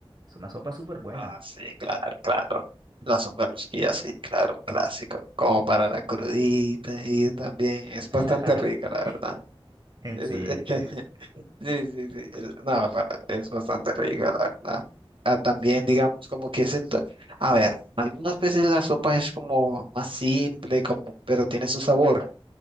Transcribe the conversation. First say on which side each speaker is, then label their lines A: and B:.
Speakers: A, on the right; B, on the right.
A: es una sopa súper buena.
B: Ah, sí, claro, claro. La sopa de rosquilla, sí, claro, un clásico. Como para la crudita y también es bastante
A: <laughs>
B: rica, la verdad. <laughs>
A: Sí, sí, sí.
B: Sí, sí, sí. el- no, para- es bastante rica, la verdad. Ah, también, digamos, como que es el... ta- A ver, algunas veces la sopa es como más simple, como, pero tiene su sabor.